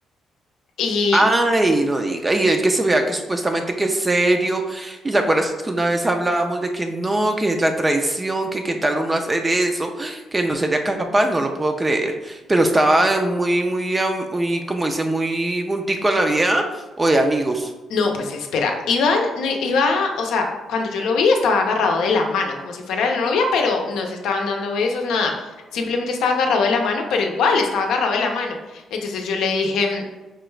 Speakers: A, on the left; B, on the right.
A: Y
B: Ay, no diga, y el que se vea que supuestamente que es serio, y te acuerdas que una vez hablábamos de que no, que es la traición, que qué tal uno hacer eso, que no sería capaz, no lo puedo creer, pero estaba
A: Sí.
B: eh, muy, muy, am- muy, como dice, muy juntico a la vieja o de amigos.
A: no, pues espera, Iván, no, iba, o sea, cuando yo lo vi estaba agarrado de la mano, como si fuera la novia, pero no se estaban dando besos, nada. Simplemente estaba agarrado de la mano, pero igual estaba agarrado de la mano. Entonces yo le dije,